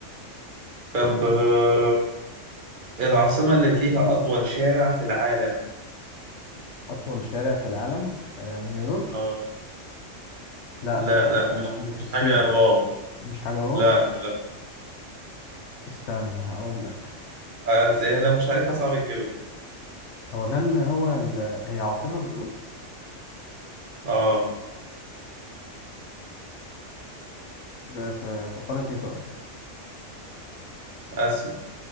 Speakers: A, on the right; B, on the left.
A: طب آه... العاصمة اللي فيها أطول شارع في العالم
B: <laughs> أطول شارع في العالم آه، نيويورك
A: آه
B: لا
A: لا
B: لا
A: لا
B: لا
A: مش
B: لا دي
A: مش
B: في الصين
A: حاجة واو
B: مش حاجة واو
A: لا لا
B: استنى هقول لك
A: آه، زيها لو مش عارفها صعب تجيبها
B: هو ده اللي هو ال... هي عاصمة بتقول
A: اه
B: في في في قارة إيه طيب
A: اسيا